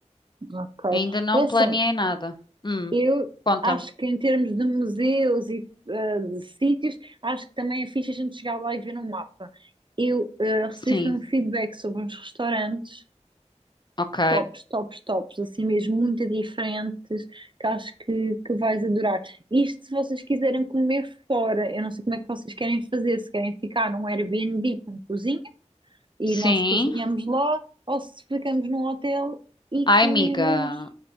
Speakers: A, on the right (about 40°); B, on the left (about 40°).
A: Ok.
B: Ainda não
A: É assim,
B: planeei nada. Hum,
A: eu
B: conta-me.
A: acho que em termos de museus e eh, de sítios, acho que também é fixe a gente chegar lá e ver no mapa. Eu eh, recebi
B: Sim,
A: foi um feedback sobre uns restaurantes
B: ok.
A: tops, tops, tops, assim mesmo muito diferentes, que acho que, que vais adorar. Isto se vocês quiserem comer fora, eu não sei como é que vocês querem fazer, se querem ficar num Airbnb com cozinha e
B: Sim.
A: nós cozinhamos lá, ou se ficamos num hotel e
B: Ai,
A: comemos.
B: amiga.